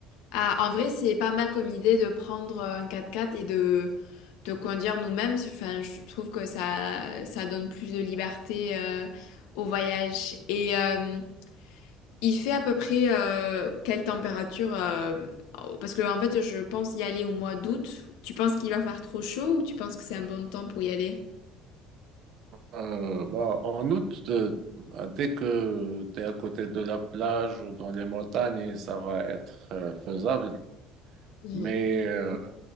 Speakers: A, on the left; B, on the right.
A: Ah, en vrai, c'est pas mal comme idée de prendre un quatre-quatre et de, de conduire nous-mêmes. Enfin, je trouve que ça, ça donne plus de liberté euh, au voyage. Et euh, Il fait à peu près euh, quelle température euh, Parce que en fait, je pense y aller au mois d'août. Tu penses qu'il va faire trop chaud ou tu penses que c'est un bon temps pour y aller?
B: Euh, bah, en août, euh, bah, dès que tu es à côté de la plage ou dans les montagnes, ça va être euh, faisable.
A: Mhm.
B: Mais euh,